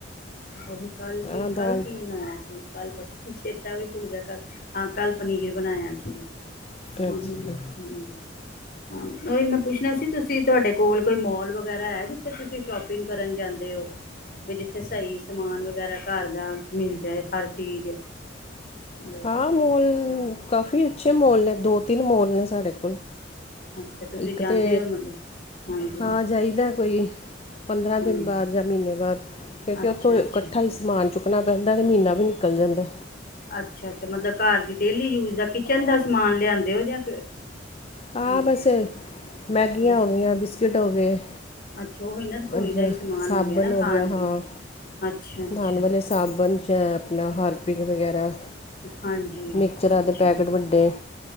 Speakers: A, on the left (about 50°); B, on the left (about 30°).
A: ਉਹਹੀ ਕੱਲ੍ਹ ਕੀ
B: ਆ
A: ਕੱਲ੍ਹ
B: ਦਾਲ
A: ਕੀ ਬਣਾਉਣਾ ਸੀ ਕੱਲ੍ਹ ਪ ਚਛੇਤਾ ਵੀ ਭੁੱਲ ਗਿਆ ਕੱਲ ਹਾਂ ਕੱਲ੍ਹ ਪਨੀਰ ਬਣਾਇਆ ਸੀ ਸੋਨੀ
B: ਅੱਛਾ
A: ਹ ਹਾਂ ਉਹੀ ਮੈਂ ਪੁੱਛਣਾ ਸੀ ਤੁਸੀਂ ਤੁਹਾਡੇ ਕੋਲ ਕੋਈ ਮੋਲ ਵਗੈਰਾ ਹੈ ਜਿੱਥੇ ਤੁਸੀਂ ਸ਼ੋਪਿੰਗ ਕਰਨ ਜਾਂਦੇ ਹੋ
B: ਹ
A: ਵੀ ਜਿੱਥੇ ਸਹੀ ਸਮਾਨ ਵਗੈਰਾ ਘਰ ਦਾ ਮਿਲ ਜਾਏ ਹਰ ਚੀਜ਼ ਬਈ
B: ਹਾਂ ਮੋਲ ਕਾਫੀ ਅੱਛੇ ਮੋਲ ਨੇ ਦੋ ਤਿੰਨ ਮੋਲ ਨੇ ਸਾਡੇ ਕੋਲ
A: ਅੱਛਾ ਤੁਸੀਂ
B: ਇੱਕ
A: ਜਾਂਦੇ
B: ਤੇ
A: ਹੋ ਮਤਲਬ ਹਾਂਜੀ
B: ਹਾਂ ਚਾਹੀਦਾ ਕੋਈ ਪੰਦਰਾਂ
A: ਹਾਂਜੀ
B: ਦਿਨ ਬਾਅਦ ਜਾਂ ਮਹੀਨੇ ਬਾਅਦ ਕਿਉਂਕਿ
A: ਅੱਛਾ
B: ਉੱਥੋਂ ਇਕੱਠਾ
A: ਅੱਛਾ
B: ਹੀ ਸਮਾਨ ਚੁੱਕਣਾ ਪੈਂਦਾ ਅਤੇ ਮਹੀਨਾ ਵੀ ਨਿਕਲ ਜਾਂਦਾ
A: ਅੱਛਾ ਅੱਛਾ ਮਤਲਬ ਘਰ ਦੀ ਡੇਲੀ ਯੂਜ ਦਾ ਕਿਚਨ ਦਾ ਸਮਾਨ ਲਿਆਂਦੇ ਹੋ ਜਾਂ
B: ਹਾਂ
A: ਅ
B: ਬਸ ਮੈਗੀਆਂ
A: ਰਸ
B: ਹੋ ਗਈਆਂ ਬਿਸਕਿਟ ਹੋ ਗਏ
A: ਅੱਛਾ ਉਹੀ ਨਾ ਰਸੋਈ
B: ਅੱਜ
A: ਦਾ ਹੀ ਸਮਾਨ
B: ਸਾਬਣ
A: ਨਾ
B: ਹੋ
A: ਖਾਣ
B: ਗਿਆ ਹਾਂ
A: ਪੀਣ ਅੱਛਾ ਅੱਛਾ
B: ਨਉਣ ਵਾਲੇ ਸਾਬਣ ਛ ਆਪਣਾ ਹਾਰਪਿਕ ਵਗੈਰਾ
A: ਹਾਂਜੀ
B: ਮਿਕਚਰਾਂ
A: ਅੱਛਾ
B: ਦੇ ਪੈਕਟ ਵੱਡੇ